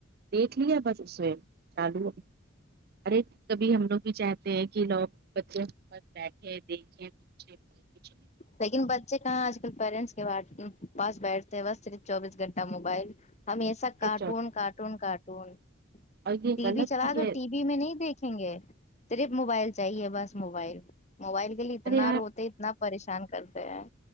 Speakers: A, on the right; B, on the left.
A: دیکھ لیا بس اس میں چالو ارے کبھی ہم لوگ بھی چاہ کہ لوگ بچے بیٹھے دیکھیں پوچھیں
B: لیکن بچے کہاں آج کل پیرنٹس کے پاس بیٹھتے ہیں بس صرف چوبیس گھنٹہ موبائل ہمیسا
A: کچھ
B: کارٹون
A: اور
B: کارٹون کارٹون
A: یہ
B: ٹی
A: غلط
B: وی چلا
A: بھی
B: تو
A: ہے
B: ٹی وی میں نہیں دیکھیں گے صرف موبائل چاہیے بس موبائل موبائل کے لیے اتنا
A: ارے یار
B: روتے اتنا پریش چان کرتے ہیں